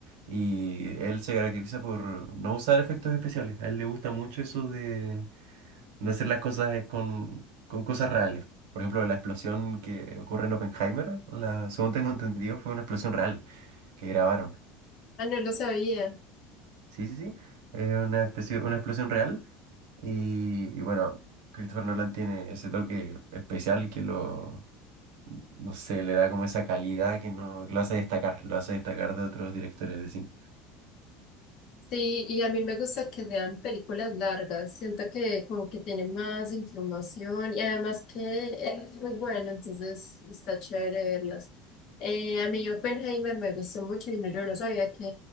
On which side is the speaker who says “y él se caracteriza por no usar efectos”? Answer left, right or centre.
Right